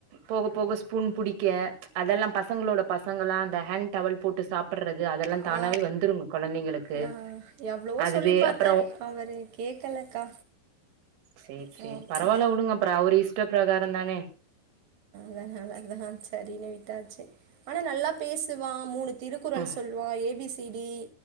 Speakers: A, on the right (about 80°); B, on the right (about 60°).
A: போக போக ஸ்பூன் புடிக்க அதெல்லா பசங்ளோடப் பசங்களா அந்த ஹேண் டவல் போட்டு சாப் ப்புர்றது அதல்லா தானாவே
B: ஆ
A: வந்துருங் கொழந்தைங்களுக்கு
B: நா எவ்ளவோ
A: அதுவே
B: சொல்லி பாத்தே
A: அப்பறோவ்
B: அவரு கேக்கலக்கா
A: சேர் சேர்
B: பாப்போ
A: பரவால்ல வுடுங்கப்ற அவர்இஷ்ட ப்ரகாரன் தானே
B: அதனால தா ச்சரின்னு விட்டாச்சு ஆனா நல்லா பேசுவா மூணு திருக்குறள்
A: அ
B: சொல் வா ஏபீஸ் திடி